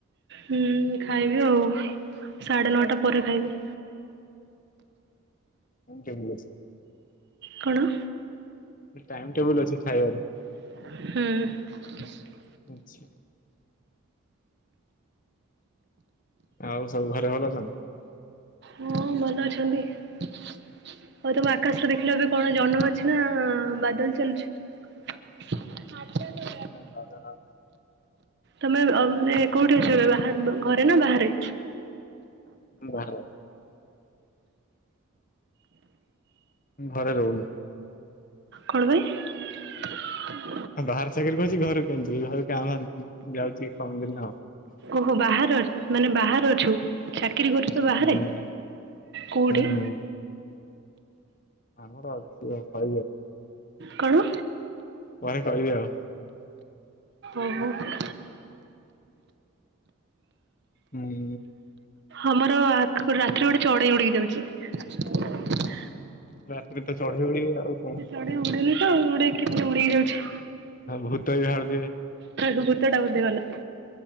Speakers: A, on the right (about 50°); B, on the left (about 35°).
A: ହୁଁ ଖାଇବି ଆଉ ସାଢେ ନଅଟା ପରେ ଖାଇବି।
B: ଚଛି
A: କଣ?
B: ଟାଇମ ଟେବୁଲ ଅଛି ଖାଇବାର
A: ହୁଁ।
B: ଆଚ୍ଛା ଆଉ ସବୁ ଘରେ ଭଲ ଅଛନ୍ତି। <inaudible>
A: ହଁ ଭଲ ଅଛନ୍ତି। <inaudible> ଆଉ ତମ ଆକାଶରେ ଦେଖିଲେ ଏବେ କଣ ଜନ୍ମ ଅଛି ନା ବାଦଲ ଚାଲୁଛି। ହଁ ଚାଲ।
B: ସେ ମାନେନା
A: ତମେ ମାନେ କୋଉଠି ଅଛ ଏ ବାହ ଘରେ ନା ବାହାରେ?
B: <inaudible> ଘରେ ରହୁନି।
A: କଣ ପାଇଁ?
B: ବାହାର ଚାକିରି କହୁଛି ଘର କେମିତି ଘର କାମ ଯାଉଛି କମ୍ ଦିନ ଆଉ
A: ଓହୋ ବାହହାର ମାନେ ବାହହାର ଅଛୁ ଛା ଚାକିରି କରୁଛ ବାହାରେ
B: ହୁଁ
A: କଉଠି?
B: ହୁଁ ଆମର ଅଛି କ
A: କଣ?
B: ପରେ କହିବି ଆଉ।
A: ଓହୋ
B: ହୁଁ।
A: ଆମର ରାତିରେ ଗୋଟେ ଚଢେଇ ଉଡେଇକି ଯାଉଛି।
B: ରାତିରେ ତ ଚଢେଇ ହେଇଗଲା ଆଉ କଣ।
A: ଉଡ଼ିନି ତ ଉଡ଼ିକି କେମିତି ଉଡିକି ଯାଉଛି।
B: ଭୂତ ହିଆଡୁ
A: ଭୂତଟା ବୋଧେ ଗଲା।